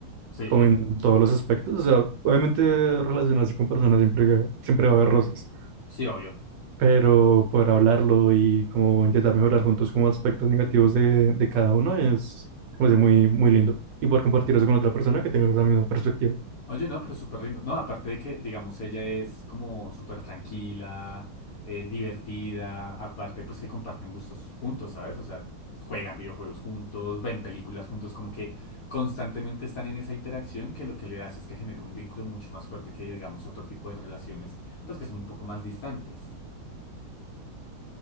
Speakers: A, on the left; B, on the right.
A: Sí,
B: como en todos los aspectos. O sea, obviamente relacionarse con personas siempre, siempre va a haber roces.
A: sí, obvio.
B: pero poder hablarlo y como intentar mejorar juntos como aspectos negativos de, de cada uno es como sea, muy, muy lindo. Y poder compartir eso con otra persona que tenga esa misma perspectiva.
A: Oye, no, pero súper lindo. No, aparte de que, digamos, ella es como súper tranquila, eh, divertida, aparte pues que comparten gustos juntos, ¿sabes? O sea, juegan videojuegos juntos, ven películas juntos, como que constantemente están en esa interacción que lo que le hace es que genera un vínculo mucho más fuerte que, digamos, otro tipo de relaciones, pues que son un poco más distantes.